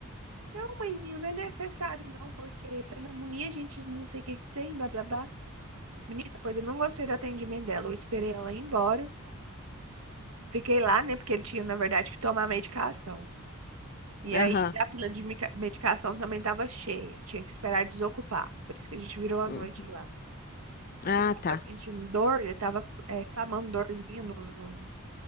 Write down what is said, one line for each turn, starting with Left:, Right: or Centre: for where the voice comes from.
Right: Não, mãezinho, não é necessário não, porque pneumonia a gente não sei o que que tem, blá blá blá. Menina, pois eu não gostei do atendimento dela. Eu esperei ela ir embora. Fiquei lá, né, porque ele tinha, na verdade, que tomar medicação. E
Left: Aham.
Right: aí a fila de mica- medicação também tava cheia. Tinha que esperar desocupar. Por isso que a gente virou a
Left: Hum.
Right: noite lá.
Left: Ah,
Right: que ele tava
Left: tá.
Right: sentindo dor, ele tava, eh, clamando dorzinha no, no-